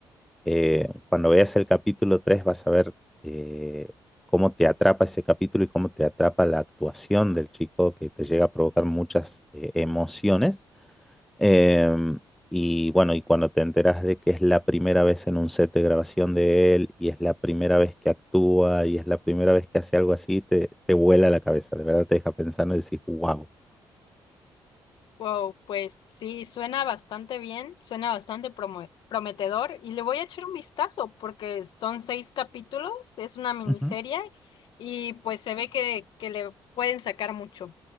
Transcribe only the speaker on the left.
Wow, pues sí, suena bastante bien, suena bastante promo- prometedor y le voy a echar un vistazo porque son seis capítulos, es una miniserie
y pues se ve que, que le pueden sacar mucho.